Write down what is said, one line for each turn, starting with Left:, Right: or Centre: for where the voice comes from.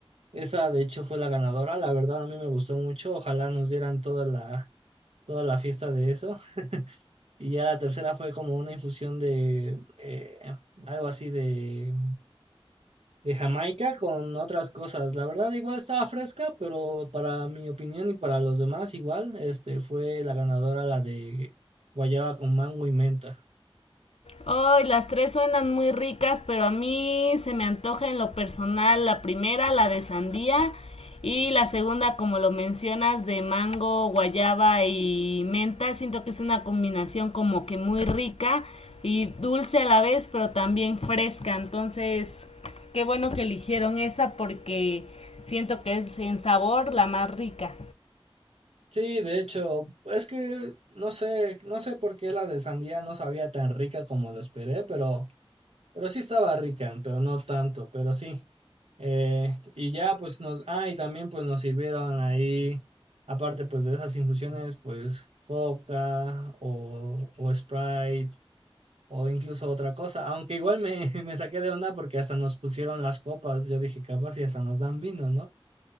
Right: Esa de hecho fue la ganadora, la verdad a mí me gustó mucho, ojalá nos dieran toda la, toda la fiesta de eso. Y ya la tercera fue como una infusión de eh, algo así de, de Jamaica con otras cosas. La verdad igual estaba fresca, pero para mi opinión y para los demás igual, este fue la ganadora la de guayaba con mango y menta.
Left: Ay, oh, las tres suenan muy ricas, pero a mí se me antoja en lo personal la primera, la de sandía, y la segunda, como lo mencionas, de mango, guayaba y menta. Siento que es una combinación como que muy rica y dulce a la vez, pero también fresca. Entonces, qué bueno que eligieron esa porque siento que es en sabor la más rica.
Right: Sí, de hecho, es que no sé, no sé por qué la de sandía no sabía tan rica como la esperé, pero Pero sí estaba rica, pero no tanto, pero sí. Eh, y ya pues nos, ah, y también pues nos sirvieron ahí, aparte pues de esas infusiones, pues coca o, o Sprite o incluso otra cosa, aunque igual me, <laughs> me saqué de onda porque hasta nos pusieron las copas, yo dije capaz y hasta nos dan vino, ¿no?